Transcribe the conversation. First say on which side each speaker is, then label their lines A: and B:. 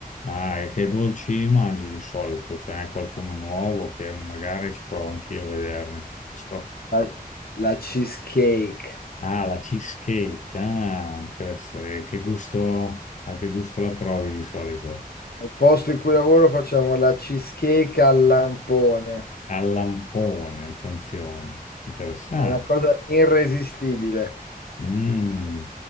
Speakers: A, on the left; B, on the left.
A: Ah, e che dolci mangi di solito? C'è anche qualcuno nuovo che magari ci provo anch'io a vederne. Perché sto-
B: La, la cheesecake.
A: Ah, la cheesecake, ah, questo, eh, che gusto, a che gusto la provi di solito?
B: Al posto in cui lavoro facciamo la cheesecake al lampone.
A: Al lampone, attenzione, interessante.
B: È una cosa irresistibile.
A: Mm.